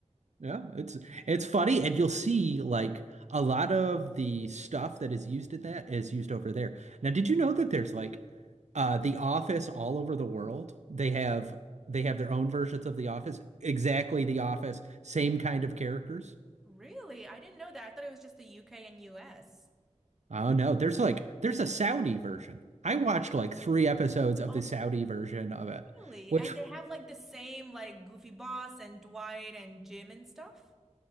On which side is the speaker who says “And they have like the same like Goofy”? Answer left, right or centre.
Centre